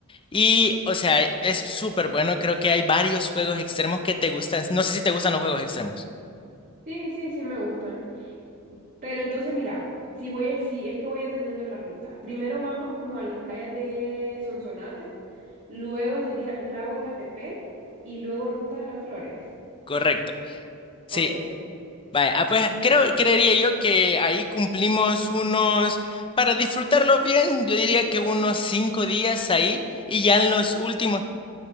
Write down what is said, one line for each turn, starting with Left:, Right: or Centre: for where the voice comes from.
Left: Y, o sea, es súper bueno. Creo que hay varios juegos extremos que te gustan. No sé si te gustan los juegos extremos.
Right: Sí, sí, sí me gustan. Pero entonces mira, si voy a, si es que voy entendiendo la ruta. Primero vamos como a las playas de Sonsonate, luego sería Lago Ecatepec y luego Ruta de las Flores.
Left: Correcto. Sí.
Right: Ok, ok.
Left: Vaya, ah, pues creo, creería yo que ahí cumplimos unos, para disfrutarlos bien, yo diría que unos cinco días ahí y ya en los últimos.